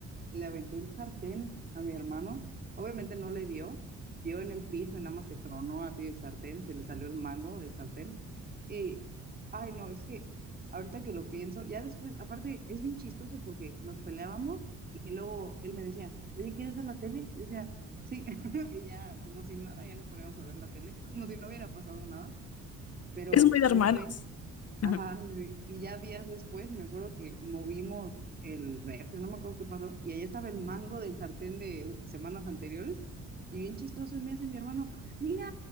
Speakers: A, on the right; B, on the left.
A: Le aventé el sartén a mi hermano. Obviamente no le dio, dio en el piso y nada más se tronó así el sartén, se le salió el mango del sartén. Y, ay, no, es que ahorita que lo pienso, ya después, aparte es bien chistoso porque nos peleábamos y luego él me decía, oye, ¿quieres ver la tele? Y decía, sí, <laughs> y ya, como si nada, ya nos poníamos a ver la tele, como si no hubiera pasado nada. Pero
B: Es muy de
A: una
B: hermanos.
A: vez
B: Ajá.
A: Ajá, sí. sí, Y ya días después me acuerdo que movimos el refri, no me acuerdo qué pasó, y ahí estaba el mango del sartén de u- semanas anteriores, y bien chistoso, y me dice mi hermano, mira,